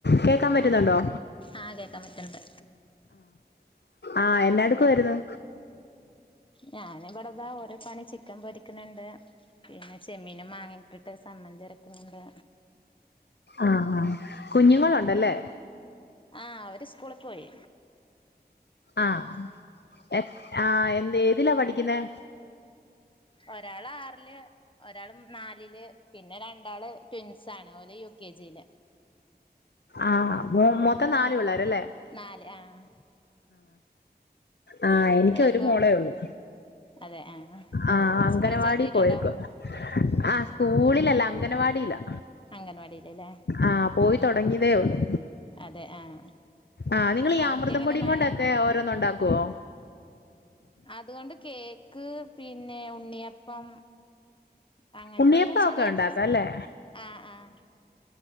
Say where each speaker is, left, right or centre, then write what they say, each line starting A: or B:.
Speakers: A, on the left; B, on the left.
A: കേക്കാൻ പറ്റുന്നുണ്ടോ
B: ആഹ് കേക്കാൻ പറ്റണ്ട്
A: ആഹ് ആഹ് എന്നാടുക്കുവായിരുന്നു?
B: ഞാനിബ്ടതാ ഓരോ പണി ചിക്കൻ പൊരിക്കുന്നുണ്ട് പിന്നെ ചെമ്മീനും മാങ്ങ ഇട്ടിട്ട് സംമ്മന്തി അരക്കുന്നുണ്ട്
A: ആഹ് ആഹ് കുഞ്ഞുങ്ങൾ ഉണ്ടല്ലേ
B: ആഹ് അവര് സ്കൂളിൽ പോയി
A: ആഹ് എത് ആഹ് എന്ത് ഏതിലാ പഠിക്കുന്നേ?
B: ഒരാള് ആറില് ഒരാള് നാലില് പിന്നെ രണ്ടാള് ട്വിൻസ് ആണ് ഓല് യു കെ ജിയില്
A: ആഹ് മൊ മൊത്തം നാല് പിള്ളേര് അല്ലേ
B: നാല് ആഹ്
A: ആഹ് എനിക്ക്
B: നിനക്കോ
A: ഒരു മോളേ ഒള്ളു
B: അതെ ആഹ്
A: ആഹ് അംഗനവാടി
B: സ്കൂളിൽ ചേർത്തിട്ടുണ്ടോ
A: പോയേക്കുവ ആഹ് സ്കൂ കൂളിലല്ല അംഗനവാടിലാ
B: അംഗൻവാടിയിലല്ലേ
A: ആഹ് പോയി തൊടങ്ങിയതേ ഒള്ളൂ
B: അതെ ആഹ്
A: ആഹ് നിങ്ങൾ ഈ
B: അവിടക്ക്
A: അമൃതം
B: എങ്ങനെ
A: പൊടി
B: മഴ
A: കൊണ്ട് ഒക്കെ ഓരോന്ന് ഒണ്ടാക്കുവോ
B: അത് കൊണ്ട് കേക്ക് പിന്നെ ഉണ്ണിയപ്പം അങ്ങനത്തെ
A: ഉണ്ണിയപ്പം
B: ഒക്കെ ചെറിയ ഐറ്റംസ്
A: ഉണ്ടാക്കും അല്ലേ
B: ആഹ് ആഹ്